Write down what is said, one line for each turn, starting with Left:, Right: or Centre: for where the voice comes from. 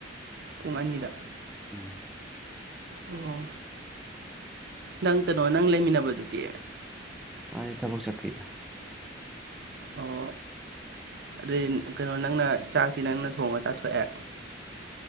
Right: ꯄꯨꯡ ꯑꯅꯤꯗ
Centre: ꯎꯝ
Right: ꯑꯣ ꯅꯪ ꯀꯩꯅꯣ ꯅꯪ ꯂꯩꯃꯤꯟꯅꯕꯗꯨꯗꯤ
Centre: ꯃꯥꯗꯤ ꯊꯕꯛ ꯆꯠꯈ꯭ꯔꯤꯗ
Right: ꯑꯣ ꯑꯗꯨꯏ ꯀꯩꯅꯣ ꯅꯪꯅ ꯆꯥꯛꯇꯤ ꯅꯪꯅ ꯊꯣꯡꯉ ꯆꯥꯊꯣꯛꯑꯦ